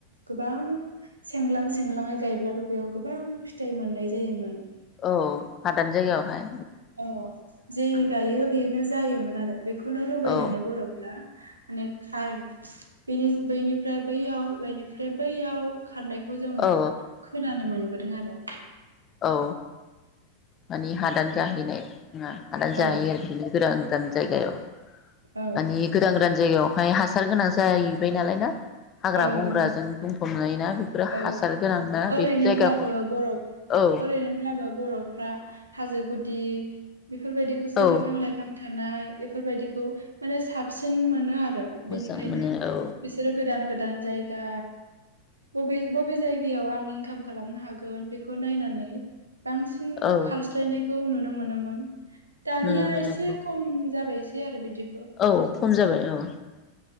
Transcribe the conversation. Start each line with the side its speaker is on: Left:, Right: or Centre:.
Right: गोबां सेंलां सेंलाङै गायब्लाबो बेयाव गोबां फिथाइ मोननाय जायोमोन।
Left: औ हादान जायगायाव हाय
Right: अ जे गायो बेनो जायोमोन आरो बेखौनो लुबैनानै
Left: औ
Right: बर' फ्ला माने खार बेनि बैनिफ्राय बैयाव बेनिफ्राय बैयाव खारनायखौ जोङो
Left: औ
Right: खोनानो मोन बोदों आरो
Left: औ मानि हादान जाहैनाय आा जाहाय
Right: औ
Left: आरोांं <unintelligible> जायगायाव
Right: औ
Left: मानि गोदान गोदान जायगायाव ओमफ्राय हासार गोनां जाहैबाय नालाय ना हाग्रा
Right: औ
Left: बंग्राजों
Right: औ
Left: बुंफब जायोना बेफोरो
Right: औ
Left: हासार गोनां ना
Right: ओरैनोब्लाबो
Left: बेफोर जायगाखौ
Right: बर'
Left: औ
Right: ओरैनोब्लाबो बर'फ्रा हाजो गुदि बेफोरबायदिखौसो
Left: औ
Right: बिफां लाइफां थानाय बेफोर बायदिखौ माने साबसिन मोनो आरो।
Left: मोजां
Right: बेनिखायनो
Left: मोनो औ
Right: बिसोरो गोदान गोदान जायगा बबे बबे जायगायाव आं इनकाम खालामनो हागोन बेखौ नायनानै बांसिन
Left: औ
Right: खारस्लायनायखौ खौ नुनो मोनोमोन। दानिया
Left: नुनो मोनो
Right: एसे
Left: औ
Right: खम जाबाय। सै आरो बिदि
Left: औ खम जाबाय औ